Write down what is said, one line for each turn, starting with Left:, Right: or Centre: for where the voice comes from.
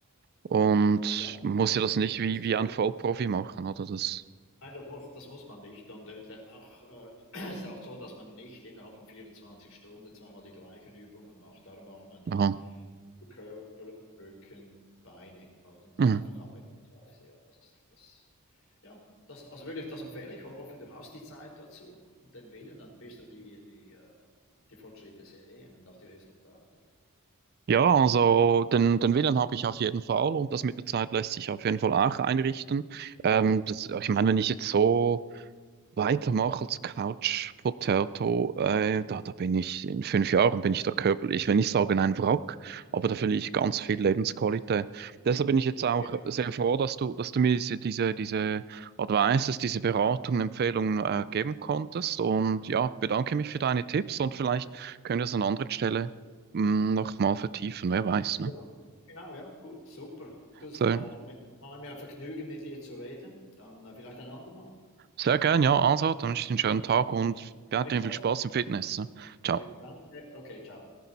Right: Und
Left: ja,
Right: man
Left: ja
Right: muss
Left: das,
Right: ja das
Left: das
Right: nicht
Left: ist,
Right: wie,
Left: das ist
Right: wie ein
Left: richtig.
Right: Vollprofi machen, oder? Das,
Left: Nein, das muss, das muss man nicht. Und äh, der, auch, äh, <clears throat> es ist auch so, dass man nicht innerhalb von 24 Stunden zweimal die gleichen Übungen macht. Darum macht man die
Right: aha.
Left: Körper, Rücken, Beine. Also das
Right: Mhm.
Left: ist einfach abwechslungsweise. Ja, das ist das. Ja, das, also würde ich das empfehlen. Ich hoffe, du hast die Zeit dazu und den Willen, dann wirst du die, die, äh, die Fortschritte sehen und auch die Resultate.
Right: Ja, also den, den Willen habe ich auf jeden Fall und das mit der Zeit lässt sich auf jeden Fall auch einrichten. Ähm, das, ich meine, wenn ich jetzt so Weitermache als Couch Potato, äh, da, da bin ich in fünf Jahren, bin ich da körperlich, wenn ich sage, ein Wrack, aber da verliere ich ganz viel Lebensqualität. Deshalb bin ich jetzt auch
Left: Genau.
Right: sehr froh, dass du, dass du mir diese, diese, diese Advices, diese Beratungen, Empfehlungen äh, geben konntest. Und ja,
Left: Mhm.
Right: bedanke mich für deine Tipps und vielleicht können wir es an anderen Stelle mh, noch mal vertiefen, wer weiß, ne?
Left: Ja, genau, ja, gut, super. Das
Right: So,
Left: war, mi- war mir ein Vergnügen, mit dir zu reden. Dann äh, vielleicht ein andermal.
Right: sehr gern, ja, also, dann wünsche ich dir einen schönen Tag
Left: Okay,
Right: und ja,
Left: gleichfalls.
Right: dir viel Spaß im Fitness. Ne? Ciao.
Left: Danke. Okay, ciao.